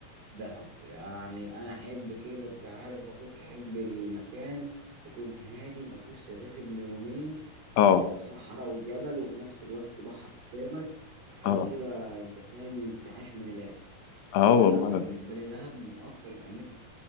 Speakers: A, on the right; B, on the left.
A: دهب يعني انا احب كده انت عارف اخوك احب المكان يكون هادي ما فيهوش صريخ ابن يومين
B: اه
A: آه، صحراء وجبل وفي نفس الوقت بحر قدامك حاجه
B: اه
A: كده انت فاهم انت عايش من الاخر
B: اه
A: فانا
B: والله
A: لا انا بالنسبه لي دهب من اكتر الاماكن